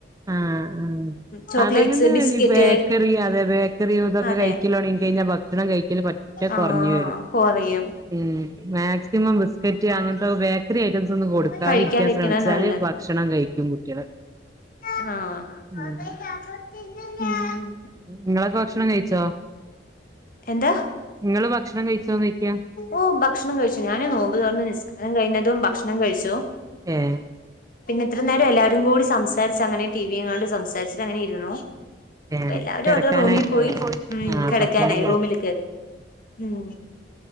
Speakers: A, on the right; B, on the left.
A: ആഹ ഉ
B: ചോക്ലേറ്റ്സ്
A: അതങ്ങനെ
B: ബിസ്ക്കറ്റ്
A: ഈ ബേക്കറി അതെ ബേക്കറ ഇതൊക്കെ
B: അതെ
A: കഴിക്കലോണെങ്ക കഴിഞ്ഞാൽ ഭക്ഷണം കഴ എൽ പറ്റ
B: ആഹ്
A: കുറഞ്ഞ വരും
B: കൊറയും
A: ഉം മാക്സിമം ബിസ്ക്കറ്റ് അങ്ങനത്തെ ബേക്കറി ഐറ്റംസ് ഒന്നും കൊടുക്കാതിരിക്കാൻ
B: കഴിക്കാണ്ടിരിക്കണ
A: ശ്രമിച്ചാല്
B: നല്ലത്
A: ഭക്ഷണം കഴിക്കും കുട്ടികള്
B: ആഹ
A: ഉം നിങ്ങളൊക്കെ ഭക്ഷണം കയിിച്ചോ
B: എന്താ
A: നിങ്ങള് ഭക്ഷണം കഴിച്ച തോന്നിക്കയാ
B: ഓ ഭക്ഷണം കഴിച്ചോ ഞാനേ നോമ്പ് തറർന്ന് നിസ്കാരം കഴിഞ്ഞതും ഭക്ഷണം കഴിച്ചോ
A: ആഹ
B: പിന്നെ ഇത്ര നേരം എല്ലാരും കൂടി സംസാരിച്ച അങ്ങനെ ടിവിയും കൊണ്ട് സംാരിച്ചിട്ട അങ്ങനെ ഇരുന്നോ ഇപ്പ
A: ഏ
B: എല്ലാവരും
A: കിടക്കാനായിണ്ടാവൂലേ
B: ഓരോ റൂമിൽ പോയി ഉ
A: ആ
B: കിടക്കാനായി
A: പത്ത് മണി
B: റൂമിൽ കേറി ഉം